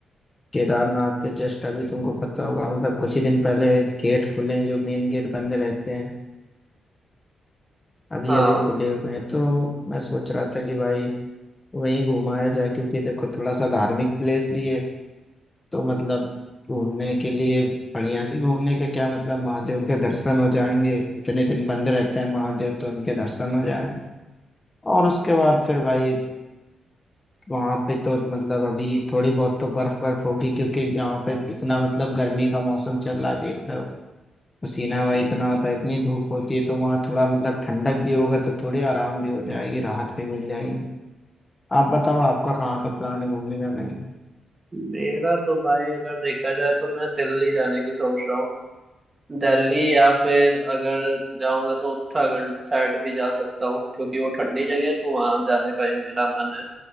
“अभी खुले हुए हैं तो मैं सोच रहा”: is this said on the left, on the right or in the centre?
Left